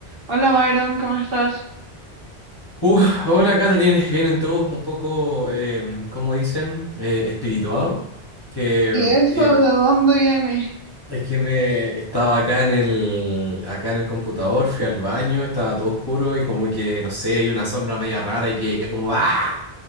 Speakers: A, on the right; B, on the left.
A: Hola Byron, ¿cómo estás?
B: Uh, hola, Catherine. Vienen todos un poco, em, como dicen, eh, espirituados. Que
A: ¿Y
B: em,
A: eso
B: eh,
A: de dónde viene?
B: es que me estaba acá en el, acá en el computador, fui al baño, estaba todo oscuro y como que, no sé, hay una sombra media rara y que como ¡ah!